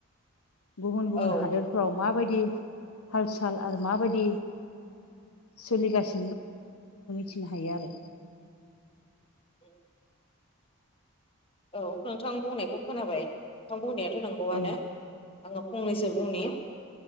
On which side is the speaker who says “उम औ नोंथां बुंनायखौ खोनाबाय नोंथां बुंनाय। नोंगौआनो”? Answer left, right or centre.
Left